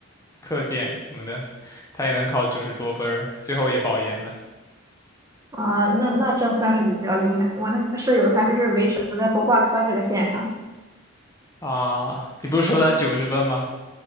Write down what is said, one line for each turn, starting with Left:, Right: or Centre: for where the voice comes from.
Left: 课件什么的，他也能考九十多分儿，最后也保研了
Right: 啊，那那这算是比较厉害。我那个舍友他就是维持在不挂科这个线上。
Left: 啊。你不是说他九十分吗？